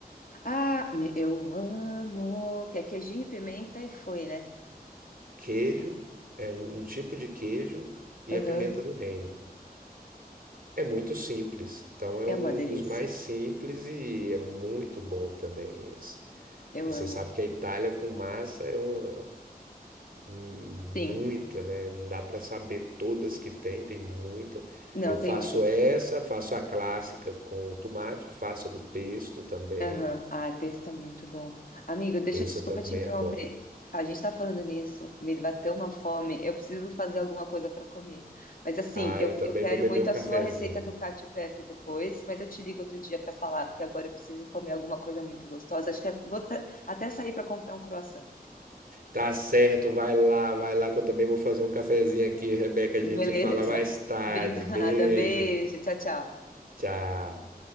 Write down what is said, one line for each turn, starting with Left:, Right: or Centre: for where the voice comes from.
Left: Ah, me- eu amo. Que é queijinho, pimenta e foi, né?
Right: Queijo é um, um tipo de queijo e
Left: Aham.
Right: a pimenta do reino. É muito simples. Então é
Left: É
Right: um
Left: uma delícia.
Right: dos mais simples e é muito bom também esse.
Left: Eu
Right: E você
Left: amo.
Right: sabe que a Itália com massa é uma Muita,
Left: Sim.
Right: né? Não dá para saber todas que tem, tem muita.
Left: Não,
Right: Eu faço
Left: tem muita opção.
Right: essa, faço a clássica com o tomate, faço a do pesto também.
Left: Aham. Ai, pesto é muito bom. Amigo, deixa,
Right: Pesto
Left: desculpa
Right: eu também
Left: te interromper.
Right: adoro.
Left: A gente tá falando nisso, me bateu uma fome, eu preciso fazer alguma coisa para comer. Mas assim,
Right: Ah,
Left: eu,
Right: eu também
Left: eu quero
Right: vou beber
Left: muito
Right: um cafezinho.
Left: a sua receita do Cacio e Pepe depois, mas eu te ligo outro dia para falar, porque agora eu preciso comer alguma coisa muito gostosa. Acho que é, vou ta- até sair para comprar um croissant.
Right: Tá certo, vai lá, vai lá que eu também vou fazer um cafezinho aqui, Rebeca.
Left: Beleza.
Right: A gente fala mais tarde.
Left: <laughs> Obrigada.
Right: Beijo,
Left: Beijo. Tchau, tchau.
Right: tchau.